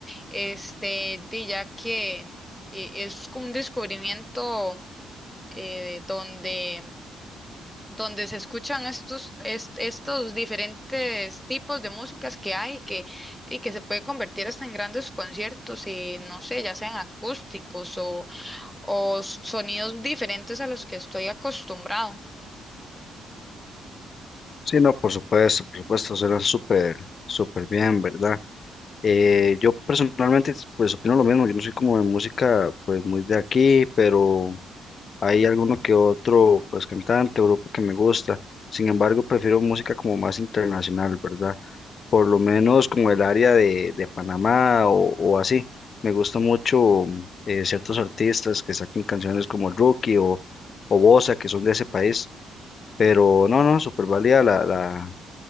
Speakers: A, in the centre; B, on the left (about 45°).
A: este, de ya que eh, es como un descubrimiento eh, donde donde se escuchan estos, est- estos diferentes tipos de músicas que hay que, y que se puede convertir hasta en grandes conciertos y no sé, ya sean acústicos o, o sonidos diferentes a los que estoy acostumbrado.
B: Sí, no, por supuesto, por supuesto, suena súper, súper bien, ¿verdad? Eh, yo personalmente, pues opino lo mismo, yo no soy como de música, pues muy de aquí, pero hay alguno que otro, pues cantante o grupo que me gusta. Sin embargo, prefiero música como más internacional, ¿verdad? por lo menos como el área de, de Panamá o, o así. Me gusta mucho eh, ciertos artistas que sacan canciones como Rookie o, o Bosa, que son de ese país. Pero no, no, súper válida la, la,